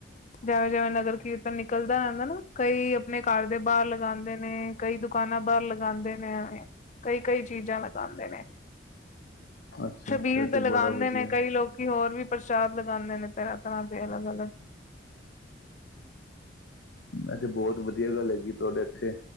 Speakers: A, on the left; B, on the left.
A: ਜੈਵੇਂ ਜੈਵੇਂ ਨਗਰ ਕੀਰਤਨ ਨਿਕਲਦਾ ਰਹਿੰਦੈ ਨਾ ਕਈ ਆਪਣੇ ਘਰ ਦੇ ਬਾਹਰ ਲਗਾਂਦੇ ਨੇ। ਕਈ ਦੁਕਾਨਾਂ ਬਾਹਰ ਲਗਾਂਦੇ ਨੇ ਕਈ ਕਈ ਚੀਜ਼ਾਂ ਲਗਾਂਦੇ ਨੇ।
B: ਅੱਛਾ
A: ਛਬੀਲ
B: ਅੱਛਾ ਇਹ
A: ਤੇ ਲਗਾਂਦੇ
B: ਬੜਾ ਵਧੀਆ
A: ਨੇ ਕਈ ਲੋਕੀ ਹੋਰ ਵੀ ਪ੍ਰਸ਼ਾਦ ਲਗਾਂਦੇ ਨੇ ਤਰ੍ਹਾਂ ਤਰ੍ਹਾਂ ਦੇ ਅਲੱਗ ਅਲੱਗ
B: ਇਹ ਤੇ ਬਹੁਤ ਵਧੀਆ ਗੱਲ ਹੈਗੀ ਤੁਹਾਡੇ ਇੱਥੇ